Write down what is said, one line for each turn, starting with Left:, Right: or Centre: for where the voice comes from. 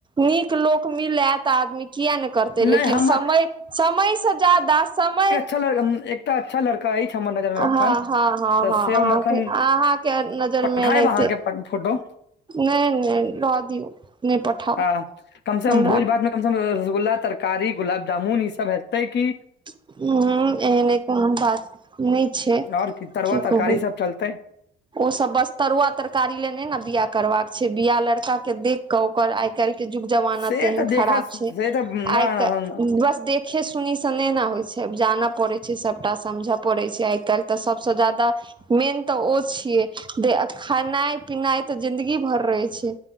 Right: नीक लोक मिले तऽ आदमी किया ने करतै
Left: नहि
Right: लेकिन
Left: हमर
Right: समय समयसँ ज्यादा समय
Left: अच्छ एकटा अच्छा लड़का अछि हमर नजर मे
Right: हँ
Left: अखन
Right: हँ हँ
Left: तऽ
Right: हँ
Left: से हम
Right: अहाँके
Left: अखन
Right: अहाँके नजर
Left: पठायब
Right: मे एनाहिते
Left: अहाँके फोटो
Right: नहि नहि रह दियौ नहि पठाउ
Left: हँ कम से कम
Right: हमरा
Left: भोज भातमे कम से कम रसगुल्ला तरकारी गुलाबजामुन ई सब हतै की
Right: <inaudible> उंम्म एहने कोनो बात नहि छै
Left: आओर तरुआ
Right: की
Left: तरकारी
Right: कहु
Left: सब चलतै
Right: ओसभ बस तरुआ तरकारी ले नै ने बियाह करबाक छै बियाह लड़का के देख कऽ ओकर आ आइ काल्हि के जुग जमाना
Left: से
Right: तेहन
Left: तऽ देखऽ
Right: खराब
Left: से
Right: छै
Left: तऽ ना
Right: आइ
Left: ना
Right: बस
Left: ना।
Right: देख देखें सुनीसँ नहि ने होइत छै जानय पड़ैत छै सभटा समझय पड़ैत छै आइ काल्हि तऽ सभसँ ज्यादा मेन तऽ ओ छियै जे खेनाइ पिनाइ तऽ जिंदगी भर रहै छै